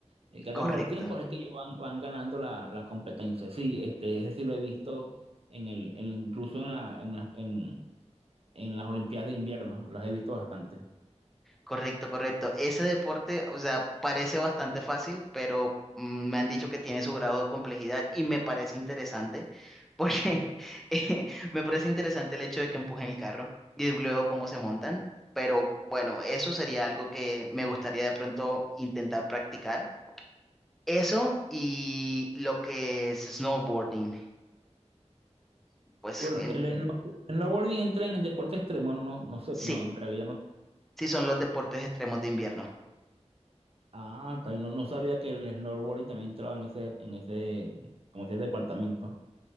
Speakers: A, on the right; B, in the centre.
A: el que
B: Correcto.
A: haga el mejor tiempo es el que ellos van, van ganando la, la competencia. Sí, este, ese sí lo he visto en el, en- incluso en la, en la, en en las Olimpiadas de invierno, las he visto bastante.
B: Correcto, correcto. Ese deporte, o sea, parece bastante fácil, pero mm, me han dicho que tiene su grado de complejidad y me parece interesante, porque <laughs> eh, me parece interesante el hecho de que empujen el carro y luego cómo se montan. Pero bueno, eso sería algo que me gustaría de pronto intentar practicar. Eso y lo que es snowboarding, pues
A: Bueno,
B: en-
A: el, el snowboarding entra en el deporte extremo, no, no sé,
B: sí,
A: pero en realidad no.
B: sí son los deportes extremos de invierno.
A: Ah, está bien, no, no sabía que el snowboarding también entraba en ese, en ese, como ese departamento.